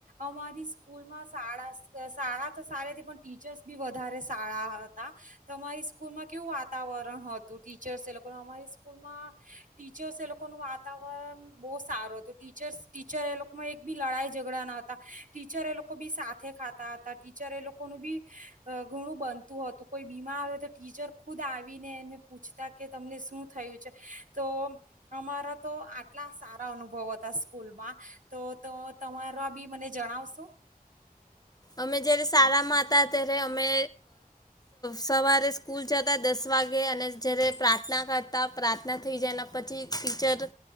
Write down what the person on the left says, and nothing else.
અમે જયારે સારામાં હતા ત્યારે અમે સવારે સ્કૂલ જતા દસ વાગે અને જ્યારે પ્રા પ્રાર્થના કરતા પ્રાર્થના થઈ જાયના પછી ટીચર